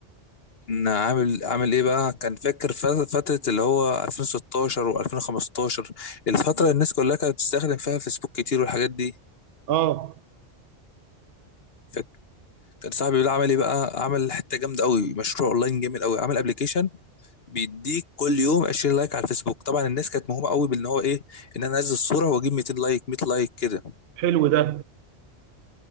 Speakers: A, on the left; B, on the right.
A: ان عامل عامل ايه بقى كان فاكر ف- فتره اللي هو 2016 و2015 الفتره اللي الناس كلها كانت بتستخدم فيها فيسبوك كتير والحاجات دي
B: اه
A: فاكر؟ كان صاحبي بيقول عمل ايه بقى عمل حته جامده قوي مشروع اونلاين جامد قوي عمل ابلكيشن بيديك كل يوم 20 لايك على الفيسبوك طبعا الناس كانت مهومه قوي بان هو ايه ان انا انزل الصوره واجيب 200 لايك 100 لايك كده
B: حلو ده